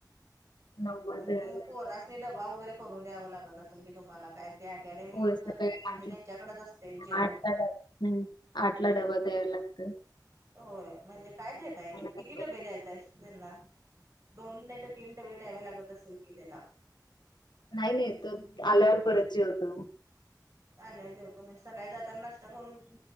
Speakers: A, on the left (about 80°); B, on the right (about 45°).
A: नव्वद
B: आणि
A: आहे.
B: मग पोरास्नी डबा वगैरे करून द्यावा लागत असेल की तुम्हाला? काय ते अकॅडमीतन
A: होय सकाळी
B: म्हणजे
A: आठ
B: त्यांच्याकडेच असतय जेवण?
A: आठला डबा. आठला डबा दयाला लागतं.
B: होय म्हणजे काय देताय म्हणजे
A: डबा
B: किती डबे देताय? असं ना दोन नाही तर तीन डबे दयायावे लागतं असेल कि त्याला
A: नाही नाही तर आल्यावर परत जेवतो
B: आलाय जेव म्हणजे सकाळी जाताना न करून